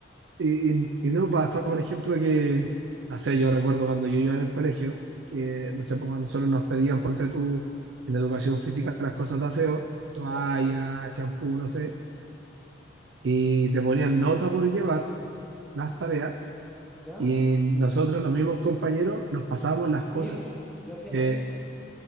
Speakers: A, on the right; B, in the centre.
A: ¿Y, y- y no pasa, por ejemplo, que, no sé, yo recuerdo cuando yo iba en el colegio, que, no sé, pues a nosotros nos pedían, ponte tú, en educación física, las cosas de aseo, toalla,
B: ¿Ya?
A: champú, no sé, y te ponían nota por llevar las tareas.
B: ¿Ya?
A: y nosotros, los mismos compañeros, nos pasábamos las cosas.
B: Sí, pues, yo hacía
A: Eh,
B: lo mismo.